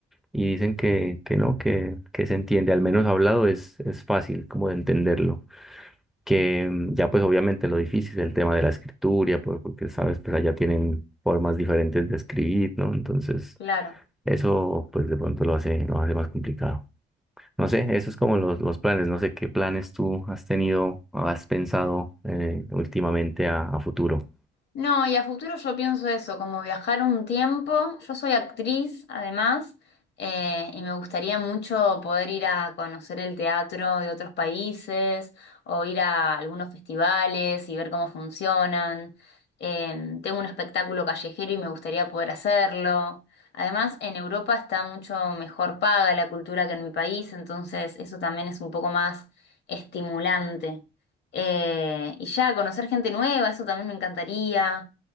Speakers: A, in the centre; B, on the left.
A: y dicen que, que no, que, que se entiende, al menos hablado es, es fácil como de entenderlo, que mm, ya pues obviamente lo difícil es el tema de la escritura, por- porque sabes, pues allá tienen formas diferentes de escribir, ¿no? Entonces
B: Claro.
A: eso pues de pronto lo hace, lo hace más complicado. No sé, eso es como los, los planes, no sé qué planes tú has tenido, has pensado eh, últimamente a, a futuro.
B: No, y a futuro yo pienso eso, como viajar un tiempo. Yo soy actriz, además, eh, y me gustaría mucho poder ir a conocer el teatro de otros países o ir a algunos festivales y ver cómo funcionan. Eh, tengo un espectáculo callejero y me gustaría poder hacerlo. Además, en Europa está mucho mejor paga la cultura que en mi país, entonces eso también es un poco más estimulante. Eh, y ya, conocer gente nueva, eso también me encantaría.